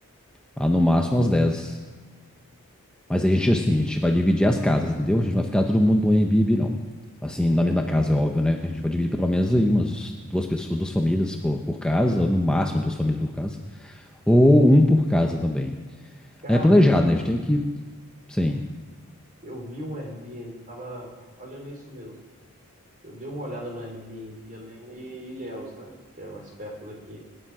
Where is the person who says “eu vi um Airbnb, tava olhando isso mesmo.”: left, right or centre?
Right